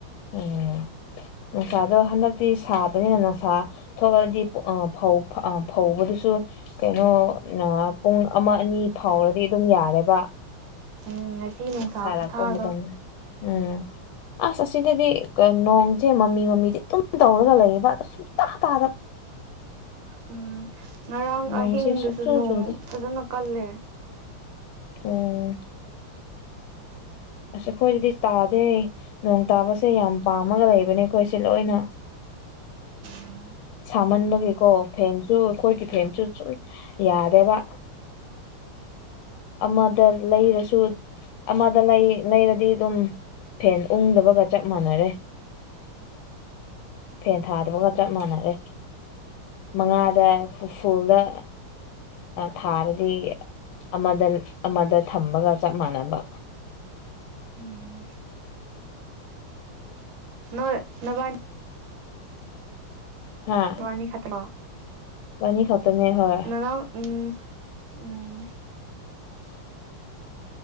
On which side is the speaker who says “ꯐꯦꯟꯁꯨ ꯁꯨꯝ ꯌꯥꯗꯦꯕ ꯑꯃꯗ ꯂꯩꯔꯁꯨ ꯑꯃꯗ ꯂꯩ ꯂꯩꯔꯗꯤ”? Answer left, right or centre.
Left